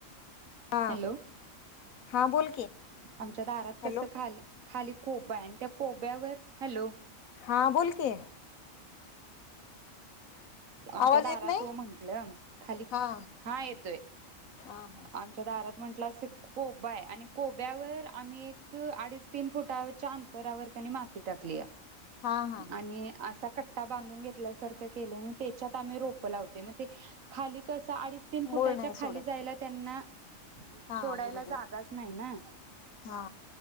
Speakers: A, on the left (about 85°); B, on the right (about 75°).
A: हा
B: हॅलो
A: हा बोल की
B: आमच्या दारात
A: हॅलो
B: कसं खाली खाली कोबा आहे आणि त्या कोब्यावर हॅलो
A: हा बोल की.
B: आमच्या
A: आवाज
B: दारात
A: येत नाही
B: ओ म्हंटलं, खाली
A: हा
B: हा येतोय.
A: हा हा
B: आमच्या दारात म्हंटलं असं कोबा हाय आणि कोब्यावर आम्ही एक अडीच, तीन फुटाच्या अंतरावर का नाय माती टाकल्या.
A: हा हा
B: आणि असा कट्- ट्टा बांधून घेतल्यासारखं एक केले आणि तेच्यात आम्ही रोपं लावतोय, म ते खाली कसं हा अडीच, तीन फुटाच्या
A: मूळ नाही
B: खाली
A: सोडत
B: जायला त्यांना
A: हा
B: सोडायला
A: बरोबर
B: जागाच नाही ना,
A: हा